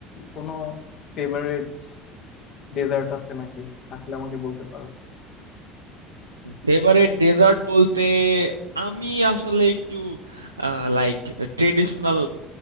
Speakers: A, on the left; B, on the right.
A: কোনো ফেভারিট ডেজার্ট আছে নাকি থাকলে আমাকে বলতে পারো
B: ফেভারিট ডেজার্ট বলতে আমি আসলে একটু লাইক ট্রেডিশনাল